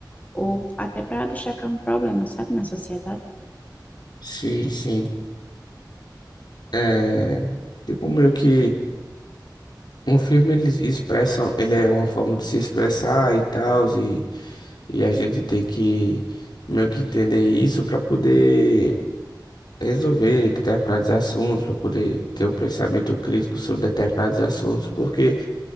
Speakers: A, on the left; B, on the left.
A: ou até para destacar um problema, sabe, na sociedade.
B: Sim, sim. É, tipo meio que um filme eles expressam, ele é uma forma de se expressar e tal, e, e a gente tem que meio que entender isso para poder resolver determinados assuntos, para poder ter um pensamento crítico sobre determinados assuntos, porque